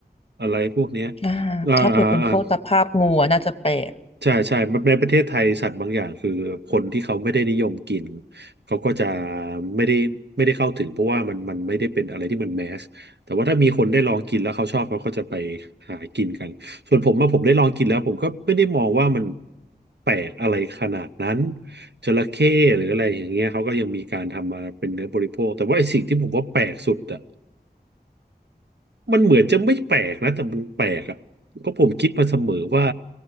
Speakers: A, on the right; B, on the left.
A: อะไรพวกเนี้ย
B: อ่าถ้าเปิดเป็นพวกตะภาพงูอะน่าจะแปลก
A: อ่าอ่าอ่า ใช่ใช่ในประเทศไทยสัตว์บางอย่างคือคนที่เขาไม่ได้นิยมกินเขาก็จะไม่ได้ไม่ได้เข้าถึงเพราะว่ามันมันไม่ได้เป็นอะไรที่มันแมสแต่ว่าถ้ามีคนได้ลองกินแล้วเขาชอบเขาก็จะไปหากินกันส่วนผมมาผมได้ลองกินแล้วผมก็ไม่ได้มองว่ามันแปลกอะไรขนาดนั้นจระเข้หรืออะไรอย่างเงี้ยเขาก็ยังมีการทำมาเป็นเนื้อบริโภคแต่ว่าไอ้สิ่งที่ผมว่าแปลกสุดอะ มันเหมือนจะไม่แปลกนะแต่มันแปลกอ่ะเพราะผมคิดมาเสมอว่า